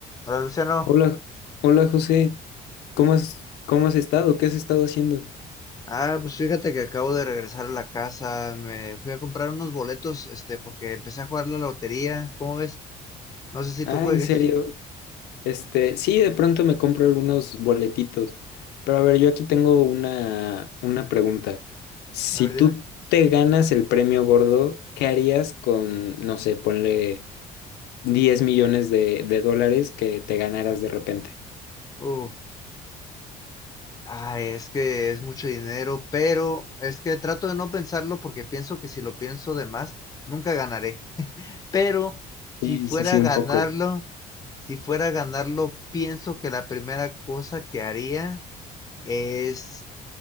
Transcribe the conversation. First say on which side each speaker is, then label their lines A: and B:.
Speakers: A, on the left; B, on the left.
A: Hola Luciano.
B: Hola, hola José, ¿cómo has, cómo has estado? ¿Qué has estado haciendo?
A: Ah, pues fíjate que acabo de regresar a la casa. Me fui a comprar unos boletos, este, porque empecé a jugar la lotería. ¿Cómo ves? No sé si
B: Ah,
A: tú juegues.
B: ¿en serio? Este, sí, de pronto me compro algunos boletitos, pero a ver, yo aquí tengo una, una pregunta. Si
A: A ver,
B: tú
A: dime.
B: te ganas el premio gordo, ¿qué harías con, no sé, ponle 10 millones de, de dólares que te ganaras de repente?
A: Uf. Ay, es que es mucho dinero, pero es que trato de no pensarlo porque pienso que si lo pienso de más, nunca ganaré. <laughs> Pero
B: Sí,
A: si fuera
B: sí, sí,
A: a ganarlo,
B: un poco.
A: si fuera a ganarlo, pienso que la primera cosa que haría es